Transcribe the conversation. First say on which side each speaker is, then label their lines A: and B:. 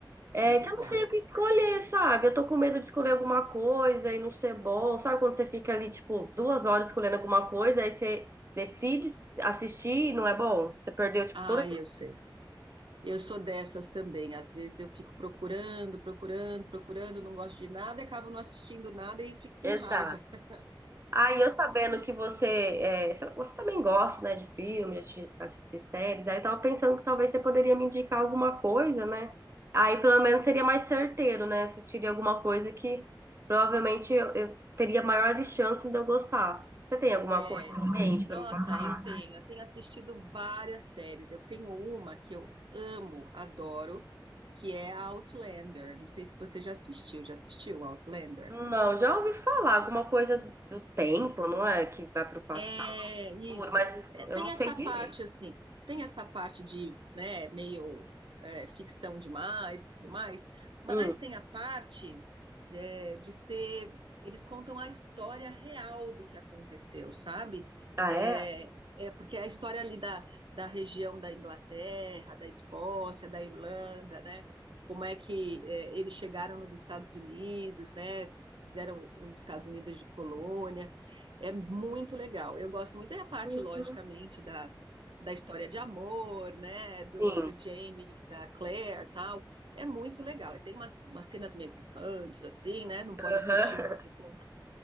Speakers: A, on the right (about 35°); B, on the right (about 80°).
A: é,
B: É verdade.
A: que eu não sei o que escolher, sabe? Eu tô com medo de escolher alguma coisa e não ser bom. Sabe quando você fica ali, tipo, duas horas escolhendo alguma coisa, aí você decide assistir e não é bom? Você perdeu, tipo,
B: Ah,
A: toda
B: eu sei. Eu sou dessas também. Às vezes eu fico procurando, procurando, procurando, não gosto de nada, e acabo não assistindo nada e fico com
A: Exato.
B: raiva. <laughs>
A: Aí eu sabendo que você, é, sei lá, você também gosta, né, de filme, de assistir assistir séries, aí eu tava pensando que talvez você poderia me indicar alguma coisa, né? Aí pelo menos seria mais certeiro, né? Assistiria alguma coisa que provavelmente eu, eu teria maiores chances de eu gostar. Você tem alguma
B: É.
A: coisa em mente
B: Nossa,
A: pra me passar?
B: eu tenho, eu tenho assistido várias séries. Eu tenho uma que eu amo, adoro, que é a Outlander. Não sei se você já assistiu. Já assistiu Outlander?
A: Não, já ouvi falar alguma coisa do tempo, não é? Que vai pro passado,
B: É isso.
A: mas
B: É,
A: eu
B: Tem
A: não
B: essa
A: sei direito.
B: parte assim, tem essa parte de, né, meio é, ficção demais e tudo mais, mas
A: Hum.
B: tem a parte é, de ser, eles contam a história real do que aconteceu, sabe?
A: Ah,
B: É,
A: é?
B: é porque é a história ali da, da região da Inglaterra, da Escócia, da Irlanda, né? Como é que é, eles chegaram nos Estados Unidos, né? Fizeram os Estados Unidos de colônia. É muito legal. Eu gosto muito da parte,
A: Hum,
B: logicamente, da, da história de amor, né? Do,
A: sim.
B: do Jamie, da Claire, tal. É muito legal. Tem umas, umas cenas meio picantes, assim, né? Não pode
A: Aham.
B: assistir muito
A: <laughs>
B: com,